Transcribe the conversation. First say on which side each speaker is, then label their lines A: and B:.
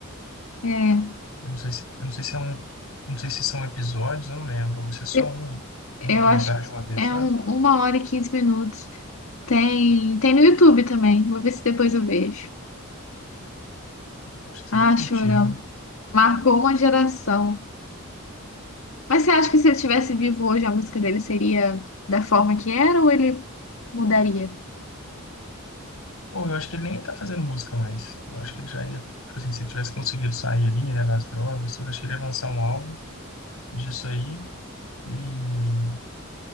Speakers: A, on the left; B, on the left.
A: É.
B: Eu não sei se, eu não sei se é um, não sei se são episódios, eu não lembro, ou se é só
A: Eu
B: um, um
A: eu
B: documentário
A: acho que
B: de uma vez,
A: é
B: sabe?
A: um, uma hora e quinze minutos. Tem, tem no YouTube também. Vou ver se depois eu vejo.
B: Eu acho que
A: Ah,
B: você vai curtir,
A: Chorão.
B: viu?
A: Marcou uma geração. Mas você acha que se ele estivesse vivo hoje, a música dele seria da forma que era ou ele mudaria?
B: Pô, eu acho que ele nem ia estar fazendo música mais. Eu acho que ele já ia, tipo assim, se ele tivesse conseguido sair ali, né, das drogas, tudo, acho que ele ia lançar um álbum disso aí e